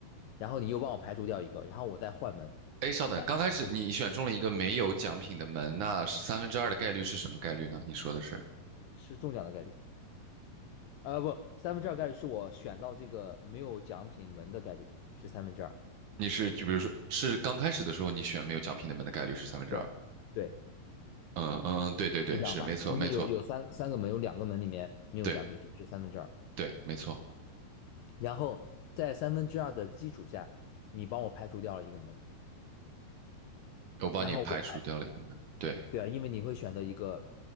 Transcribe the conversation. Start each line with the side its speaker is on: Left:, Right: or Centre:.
Left: 然后你又帮我排除掉一个，然后我再换门，
Right: 哎，稍等，
Left: 是百嗯
Right: 刚开始你选中了一个没有奖品的门，那是三分之二的概率是什么概率呢？你说的是，
Left: 是中奖的概率。呃，不，三分之二概率是我选到这个没有奖品门的概率是三分之二。
Right: 你是就比如说是刚开始的时候你选没有奖品的门的概率是三分之二。
Left: 对，对，
Right: 嗯嗯嗯，对对对，
Left: 是这样吧？
Right: 是没错没错，
Left: 因为有有三三个门，有两个门里面没有奖品，
Right: 对
Left: 所以是三分之二。
Right: 对没错，
Left: 然后在三分之二的基础下，你帮我排除掉了一个门，
Right: 我帮你排除掉了一个门，
Left: 然后我，
Right: 对
Left: 对啊，因为你会选择一个